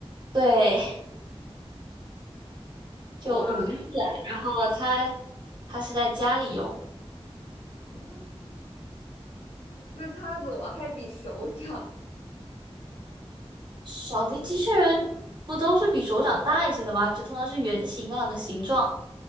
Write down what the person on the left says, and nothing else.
哇
哦，<laughs> 那它怎么还比手掌？